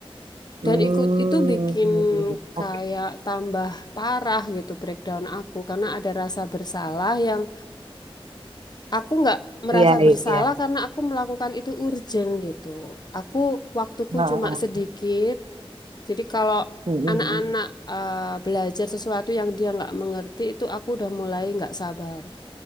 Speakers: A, on the right (about 70°); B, on the left (about 45°).
A: Hmm.
B: Dan ikut itu bikin
A: Oke.
B: kayak tambah parah gitu breakdown aku karena ada rasa bersalah yang aku nggak merasa
A: Iya, iya.
B: bersalah karena aku melakukan itu urgent gitu. Aku waktuku
A: Ah,
B: cuma
A: ah.
B: sedikit. Jadi kalau
A: Mm-mm.
B: anak-anak eh, belajar sesuatu yang dia nggak mengerti itu aku udah mulai nggak sabar.